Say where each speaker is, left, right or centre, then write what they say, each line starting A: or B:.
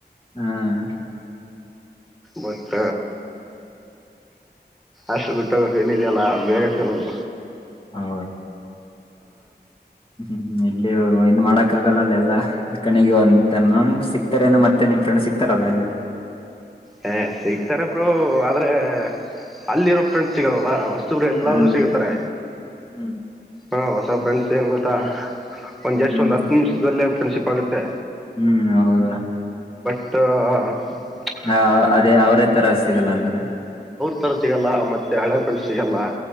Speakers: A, on the left; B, in the centre.
A: ಹ್ಮ್
B: ಮತ್ತ ಅಷ್ಟು ಬಿಟ್ಟೋಗಕ ಏನಿದೆಯಲ್ಲ ಬೇರೆ ಕೆಲರು
A: ಹೌ ಹ್ಮ್ ಇಲ್ಲಿ ಇನ್ ಮಾಡಕ್ ಆಗಲ್ಲಲ್ಲ ಎಲ್ಲ ಕಣಿಗೆ ಒಂದು್ ನ ಸಿಕ್ತಾರ ಏನೋ ಮತ್ತೆ ನಿಮ್ ಫ್ರೆಂಡ್ ಸಿಕ್ತಾರಲ್ಲ ಅಲ್ಲಿ
B: ಹ ಸಿಗ್ತಾರೆ ಬ್ರೋ ಆದ್ರೆ ಅಲ್ಲಿರೋ ಫ್ರೆಂಡ್ ಸಿಗಲ್ದಲ್ಲ ಹೊಸ್ತರು ಎಲ್ಲಾದ್
A: ಹ್ಮ್
B: ಸಿಗತಾರೆ
A: ಹ್ಮ್
B: ಹಾ ಹೊಸ ಫ್ರೆಂಡ್ಸ್ ಏನ್ ಗೊತ್ತಾ ಒಂದ ಜಸ್ಟ್
A: ಹ್ಮ್
B: ಒಂದ್ ಹತ್ತು ನಿಮಿಷದಲ್ಲೇ ಫೆಸಿ ಆಗುತ್ತೆ
A: ಹ್ಮ್ ಹೌದಾ
B: ಹ <inaudible>
A: ಹಾ ಅದೇ ಅವ್ರೇ ತರ ಸಿಗಲ್ಲ ಅಂತಾನ
B: ಥರ ಸಿಗಲ್ಲ ಮತ್ತೆ ಹಳೆಫಂಡಟ್ ಸಿಗಲ್ಲ